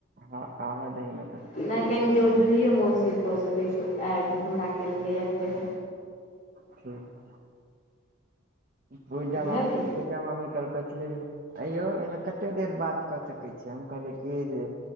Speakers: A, on the right; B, on the left.
A: हँ आबा दही न त
B: नहि कहियन कि ओ जूही मौसी कऽ सकै छै एड हमरा केलकैए फेर
A: ठीक पूजा
B: बुझलिही
A: मामी पूजा पूजा मामी कहै कि आंय यो एहिमे कते देर बात कऽ सकै छीय हम कहलीय कि जे